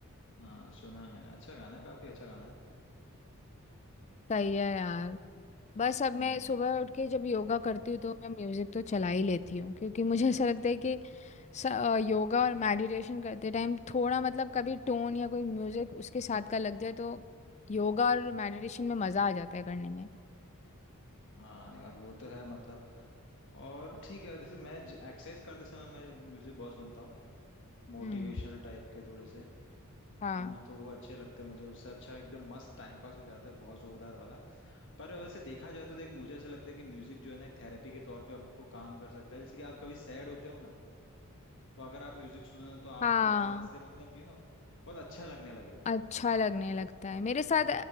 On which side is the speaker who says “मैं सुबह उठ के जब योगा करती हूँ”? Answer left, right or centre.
Left